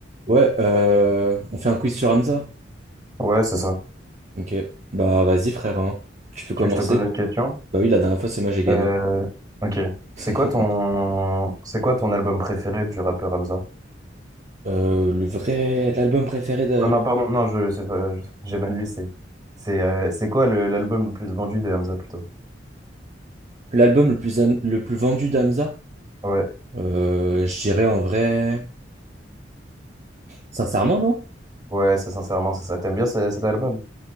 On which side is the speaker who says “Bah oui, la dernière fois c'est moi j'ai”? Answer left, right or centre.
Right